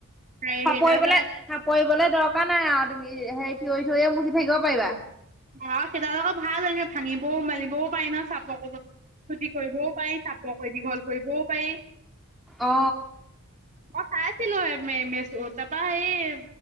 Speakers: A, on the right; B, in the centre.
A: সেইডাল
B: চাপৰি
A: ধৰা
B: পেলাই চাপৰিবলে দৰকাৰ নাই আও তুমি সেই থিয়ই থিয়ই মুচি থাকিব পাৰিবা।
A: অ সেইডাল আক ভাল এনে ভাঙিবও মেলিবও পাৰি ন চাপ কৰিব চুটি কৰিবও পাৰি চাপ ক দীঘল কৰিবও পাৰি।
B: অঁ।
A: মই চাইছিলো মে মে তাপা হেৰি